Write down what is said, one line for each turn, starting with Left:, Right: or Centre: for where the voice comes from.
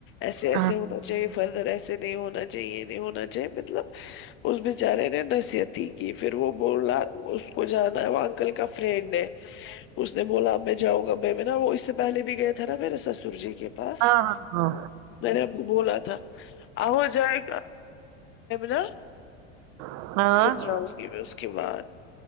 Left: ایسے ایسے
Right: ہاں
Left: ہونا چاہیے فردر ایسے نہیں ہونا چاہیے یہ نہیں ہونا چاہیے مطلب اس بچارے نے نصیت ہی کی پھر وہ بولا اس کو جانا ہے وہ انکل کا فرینڈ ہے اس نے بولا میں جاؤں گا میں ناں وہ اس سے پہلے بھی گیا تھا نا میرے سسر جی کے پاس
Right: ہاں ہاں ہاں
Left: میں نے آپ کو بولا تھا آ ہوجائے ناں
Right: ہاں ہاں
Left: پھر جاؤں گی میں اس کے بعد